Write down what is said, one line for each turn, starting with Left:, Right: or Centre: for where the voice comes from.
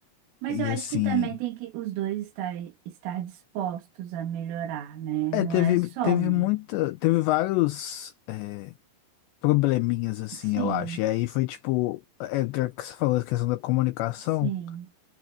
Right: Mas
Left: E
Right: eu acho
Left: assim,
Right: que também tem que os dois estarem estar dispostos a melhorar, né?
Left: é,
Right: Não
Left: teve,
Right: é só
Left: teve
Right: um.
Left: muita, teve vários é, probleminhas, assim,
Right: Sim,
Left: eu acho. E aí foi, tipo, é, que você falou a questão da comunicação.
Right: sim.